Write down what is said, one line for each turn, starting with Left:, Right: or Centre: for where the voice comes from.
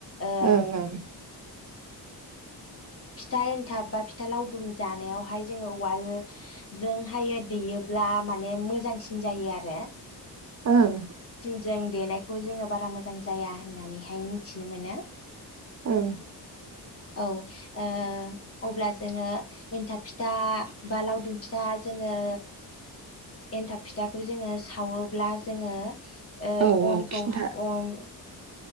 Left: ओ
Right: ओं ओं
Left: फिथा एन्थाब बा फिथा लावदुम जानायावहाय जोङो उवालजोंहाय दैयोब्ला माने मोजांसिन जायो आरो
Right: ओं
Left: जों देनायखौ जोङो बारा मोजां जाया होननानैहाय मिथिनो मोनो।
Right: ओं।
Left: औ ओ अब्ला जोङो एन्थाब फिथा बा लावदुम फिथा जोङो एन्थाब फिथाखौ जोङो सावो। ब्ला जोङो। ओ
Right: औ औ
Left: अनखौ
Right: खिन्था
Left: अन